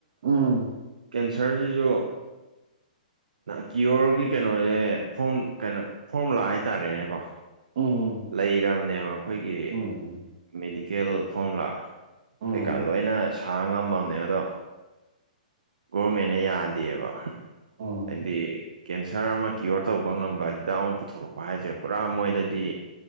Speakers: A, on the right; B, on the right.
A: ꯎꯝ
B: ꯀꯦꯟꯁꯔꯁꯤꯁꯨ ꯀꯤꯌꯣꯔꯒꯤ ꯀꯩꯅꯣꯁꯦ ꯐꯣꯔ ꯀꯩꯅꯣ ꯐꯣꯔꯃꯨꯂꯥ ꯍꯥꯏꯇꯥꯔꯦꯅꯦꯀꯣ
A: ꯎꯝ
B: ꯂꯩꯔꯕꯅꯦꯕ ꯑꯩꯈꯣꯏꯒꯤ
A: ꯎꯝ
B: ꯃꯦꯗꯤꯀꯦꯜ ꯐꯣꯔꯃꯨꯂꯥ
A: ꯎꯝ
B: ꯀꯩꯀꯥ ꯂꯣꯏꯅ ꯁꯥ ꯉꯝꯃꯝꯅꯦ ꯑꯗꯣ ꯒꯣꯔꯃꯦꯟꯅ ꯌꯥꯗꯦꯕ
A: ꯎꯝ
B: ꯍꯥꯏꯗꯤ ꯀꯦꯟꯁꯔ ꯑꯃ ꯀꯤꯌꯣꯔ ꯇꯧꯕ ꯉꯝꯕ ꯍꯤꯗꯥꯛ ꯑꯃ ꯄꯨꯊꯣꯔꯛꯄ ꯍꯥꯏꯁꯦ ꯄꯨꯔꯥ ꯃꯣꯏꯗꯗꯤ